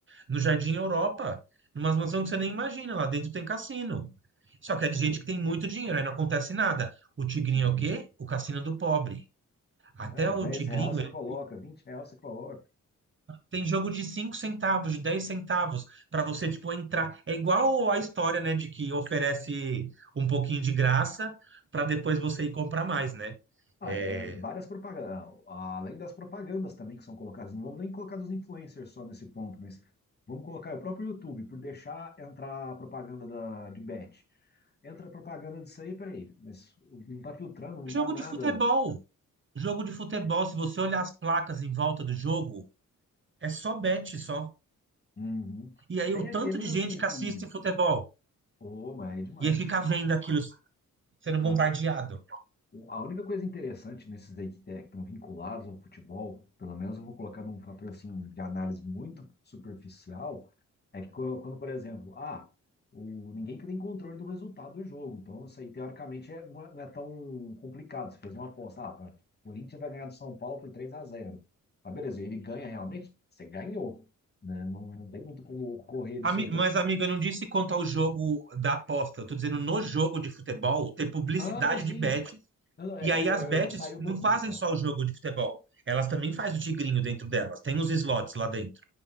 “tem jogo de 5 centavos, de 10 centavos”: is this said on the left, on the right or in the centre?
Right